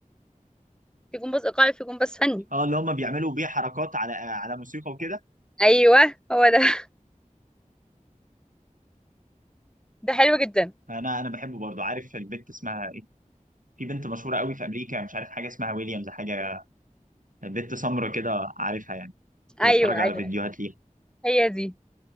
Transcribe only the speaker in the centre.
في جمباز إيقاعي في جمباز فني
أيوه هو ده <laughs> ده حلو جدا
أيوه
أيوه
هي دي